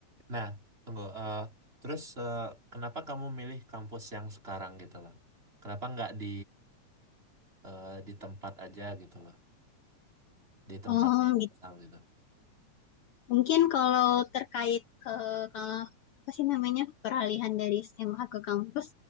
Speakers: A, on the right (about 20°); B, on the left (about 80°).
A: Nah, tunggu. eh, terus eh, kenapa kamu milih kampus yang sekarang gitu loh? Kenapa nggak di eh, di tempat aja gitu loh? Di tempat
B: Oh,
A: asal gitu.
B: Mungkin kalau terkait ke, ke apa sih namanya peralihan dari SMA ke kampus